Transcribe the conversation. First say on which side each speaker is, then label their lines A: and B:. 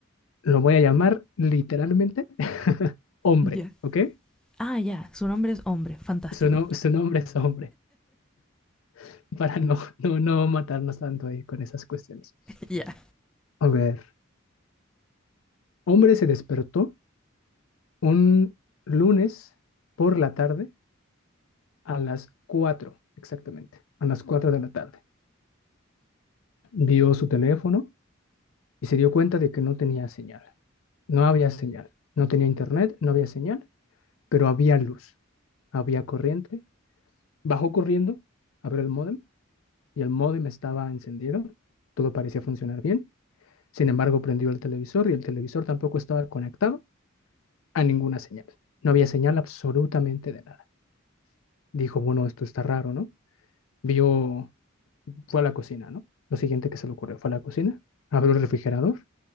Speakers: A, on the left; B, in the centre.
A: Lo voy a llamar literalmente <laughs> hombre,
B: Ya. Yeah.
A: ¿ok?
B: Ah, ya, yeah, su nombre es hombre, fantástico.
A: Su, no- su nombre es hombre, <laughs> para no, no, no matarnos tanto ahí con esas cuestiones.
B: Ya. yeah.
A: A ver, hombre se despertó un lunes por la tarde a las 4 exactamente, a las 4 de la tarde. Vio su teléfono y se dio cuenta de que no tenía señal. No había señal, no tenía internet, no había señal, pero había luz, había corriente Bajó corriendo, abrió el módem y el módem estaba encendido. Todo parecía funcionar bien. Sin embargo, prendió el televisor y el televisor tampoco estaba conectado a ninguna señal. No había señal absolutamente de nada. Dijo, bueno, esto está raro, ¿no? Vio, fue a la cocina, ¿no? Lo siguiente que se le ocurrió fue a la cocina, abrió el refrigerador